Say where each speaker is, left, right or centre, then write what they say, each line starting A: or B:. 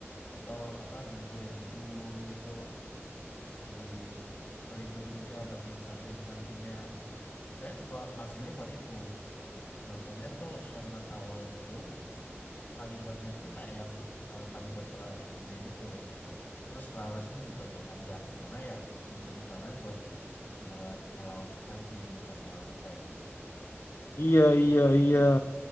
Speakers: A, on the left; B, on the left.
A: atau apa ngancurin gedung gitu. Jadi pelindung juga bagi infanteri-infanterinya. Saya apa aslinya buat itu. Makanya tuh Sherman awal itu kalibernya tuh nggak yang eh, kaliber tera- yang gede gitu. Tap- Terus larasnya juga nggak panjang karena ya tujuan utamanya buat buat ngelawan infanteri bukan ngelawan tank.
B: Iya, iya, iya.